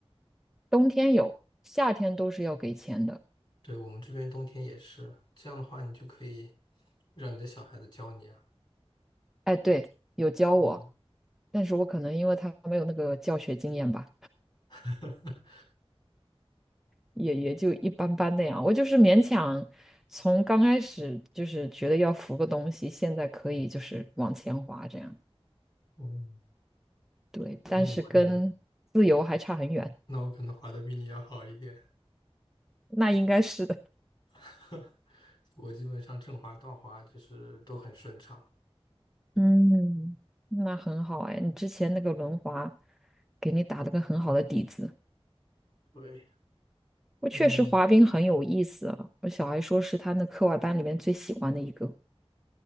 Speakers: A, in the centre; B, on the left (about 45°).
A: 冬天有，夏天都是要给钱的。
B: 对，我们这边冬天也是，这样的话你就可以让你的小孩子教你啊。
A: 哎，对，有教我，
B: 嗯，
A: 但是我可能因为他没有那个教学经验吧，
B: <laughs>
A: 也也就一般般那样。我就是勉强从刚开始就是觉得要扶个东西，现在可以就是往前滑这样。
B: 哦，
A: 对，但是跟自由还差很远，
B: 那我可能，那我可能滑的比你要好一点，
A: 那应该是的。
B: <laughs> 我基本上正滑、倒滑就是都很顺畅。
A: <laughs> 嗯，那很好哎，你之前那个轮滑给你打了个很好的底子。
B: 对，
A: 我确实滑冰很有意思啊，
B: 嗯
A: 我小孩说是他那课外班里面最喜欢的一个，